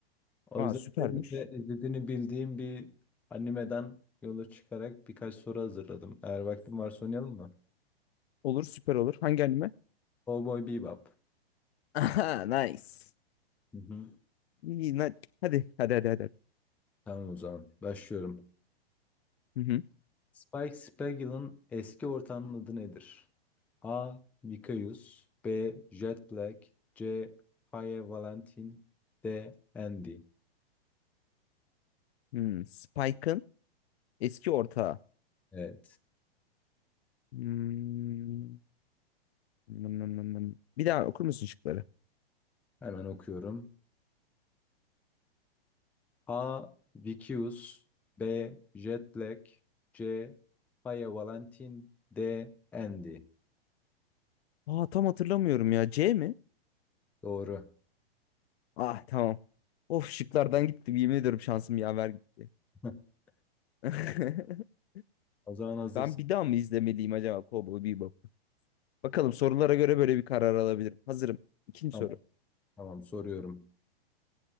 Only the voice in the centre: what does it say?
O
yüzden
senin de izlediğini bildiğim bir animeden yola çıkarak birkaç soru hazırladım. Eğer vaktin varsa oynayalım mı?
Cowboy Bebop.
Hı hı.
Tamam o zaman. Başlıyorum.
Spike Spiegel'ın eski ortağının adı nedir? A. Vicious B. Jet Black C. Faye Valentin D. Andy
Evet.
Hemen okuyorum. A. Vicious B. Jet Black C. Faye Valentin D. Andy
Doğru.
<laughs>
O zaman hazırsın.
Tamam,
tamam soruyorum.